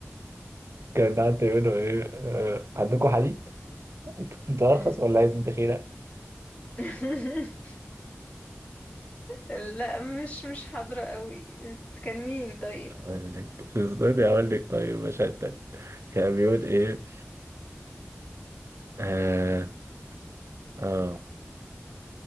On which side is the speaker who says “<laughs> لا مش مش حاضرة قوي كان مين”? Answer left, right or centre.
Left